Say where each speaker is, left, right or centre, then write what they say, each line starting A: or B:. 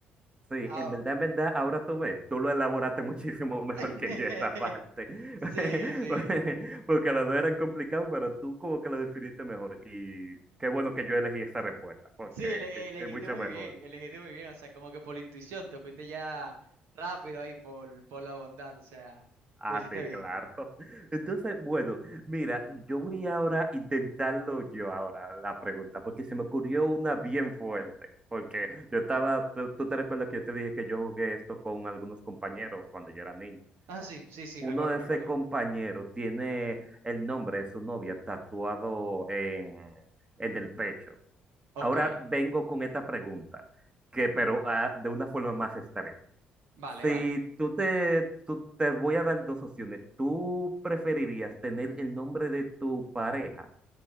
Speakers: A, on the right; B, on the right.
A: Sí,
B: Ahora...
A: en verdad, en verdad, ahora tú ves, tú lo elaboraste <laughs> muchísimo mejor
B: <laughs>
A: que yo esta parte, <laughs>
B: Sí, sí.
A: porque las dos eran complicadas, pero tú como que lo definiste mejor y qué bueno que yo elegí esa respuesta, porque
B: Sí, ele-
A: <laughs>
B: elegiste
A: es mucho
B: muy
A: mejor.
B: bien, elegiste muy bien. O sea, como que por la intuición te fuiste ya rápido ahí por, por la bondad. O sea,
A: Ah,
B: lo hiciste
A: sí,
B: bien.
A: claro. <laughs> Entonces, bueno, mira, yo voy ahora a intentarlo yo ahora, la pregunta, porque se me ocurrió una bien fuerte, porque yo estaba, tú, tú te recuerdas que yo te dije que yo jugué esto con algunos compañeros cuando yo era niño.
B: Ah, sí, sí, sí,
A: Uno
B: recuerdo,
A: de
B: recuerdo.
A: ese compañero tiene el nombre de su novia tatuado en, en el pecho.
B: Ok,
A: Ahora vengo con esta pregunta, que pero ah, de una forma más extrema.
B: vale,
A: Si
B: vale.
A: tú te, tú- te voy a dar dos opciones, ¿tú preferirías tener el nombre de tu pareja